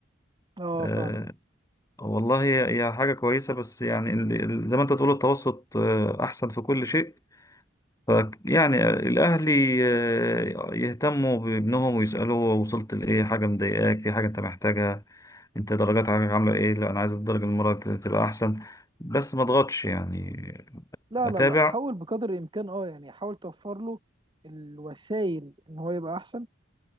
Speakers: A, on the right; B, on the left.
A: اه
B: أه
A: آه، فعلا
B: والله هي هي حاجة كويسة بس يعني ال- ال- زي ما أنت تقول التوسط آه، أحسن في كل شيء ف يعني الأهلي آه، يهتموا بابنهم ويسألوه وصلت لإيه حاجة مضايقاك في حاجة أنت محتاجها أنت درجات عاملة عاملة إيه لا أنا عايز الدرجة المرة دي تبقى أحسن بس ما أضغطش يعني
A: لا
B: أتابع
A: لا لا حاول بقدر الامكان اه يعني حاول توفر له الوسائل ان هو يبقى احسن